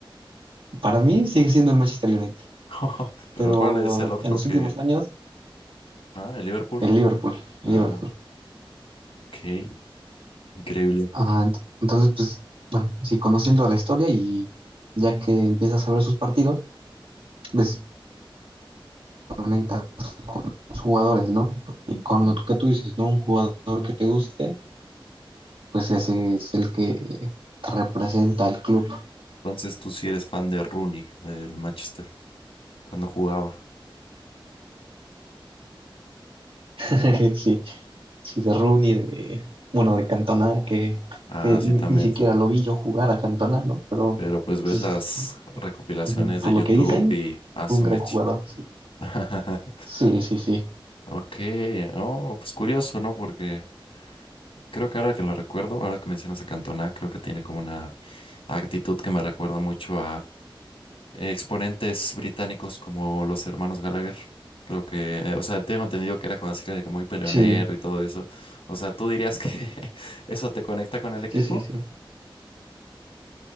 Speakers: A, on the right (about 80°); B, on the left (about 85°).
A: para mí sigue siendo el Manchester United,
B: <laughs> Pero
A: pero
B: ¿cuál es el otro
A: en los
B: que...
A: últimos años,
B: Ah, el Liverpool.
A: el Liverpool, Liverpool.
B: Ah, ok. Increíble.
A: Ajá, ent- entonces, pues, bueno, sí, conociendo la historia y ya que empiezas a ver sus partidos, pues conectas con los jugadores, ¿no? Y
B: Mm.
A: con lo que tú dices, ¿no? Un jugador que te guste, pues ese es el que te representa al club.
B: Entonces tú sí eres fan de Rooney, del Manchester, cuando jugaba.
A: <laughs> Sí, sí, de Rooney, de, bueno, de Cantona, que,
B: Ah,
A: que ni,
B: sí, también.
A: ni siquiera
B: sí.
A: lo vi yo jugar a Cantona, ¿no? Pero,
B: Pero pues ves
A: pues,
B: las recopilaciones
A: ujú, por
B: de YouTube
A: lo que dicen,
B: y a
A: fue
B: su
A: un gran
B: mecha.
A: jugador, sí.
B: <laughs>
A: Sí, sí, sí.
B: Ok, no, pues curioso, ¿no? Porque creo que ahora que lo recuerdo, ahora que mencionas a Cantona, creo que tiene como una actitud que me recuerda mucho exponentes británicos como los hermanos Gallagher. Creo que, eh, o sea, tengo entendido que era como así de que muy peleonero
A: Sí,
B: y todo eso. O sea, ¿tú dirías que <laughs> eso te conecta con el equipo?
A: sí, sí, sí.